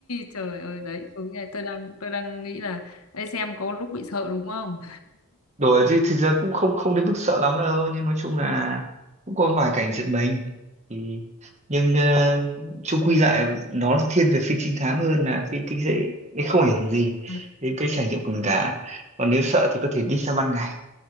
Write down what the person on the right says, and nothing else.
Đùa chứ thực ra cũng không không đến mức sợ lắm đâu nhưng nói chung là cũng có vài cảnh giật mình thì nhưng ờ, chung quy lại nó thiên về phim trinh thám hơn là phim kinh dị nên không ảnh hưởng gì
đến cái trải nghiệm của mình cả còn nếu sợ thì có thể đi sang ban ngày